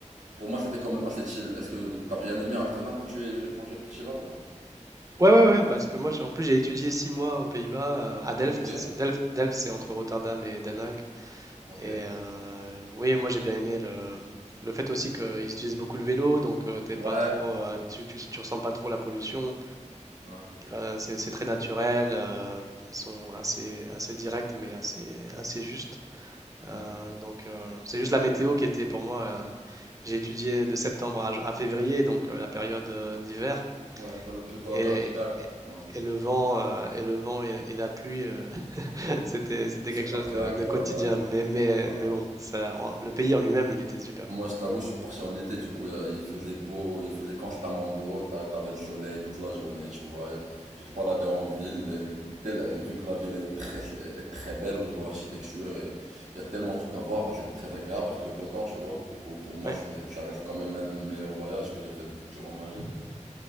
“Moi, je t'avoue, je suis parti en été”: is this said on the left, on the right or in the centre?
Right